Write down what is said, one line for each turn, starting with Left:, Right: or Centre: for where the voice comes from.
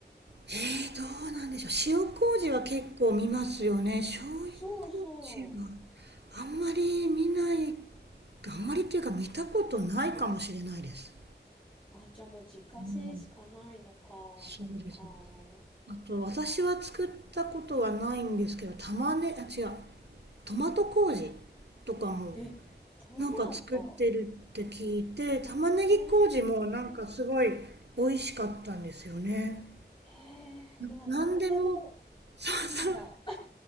Right: えー、どうなんでしょう。塩麹は結構見ますよね。醤油
Left: そうそう。
Right: 麹はあんまり見ない、あんまりっていうか見たことないかもしれないです。
Left: あ、じゃあもう自家製しかないのか。
Right: うん、そうですね。
Left: そっか。
Right: あと、私は作ったことはないんですけど、玉ね、あ、違う、トマト麹とかも
Left: え、トマト。
Right: なんか作ってるって聞いて、玉ねぎ麹もなんかすごい美味しかったんですよね。
Left: へえ。へえ。
Right: な、
Left: うわ、なんでも
Right: なんでも、そうそう
Left: いいんだ。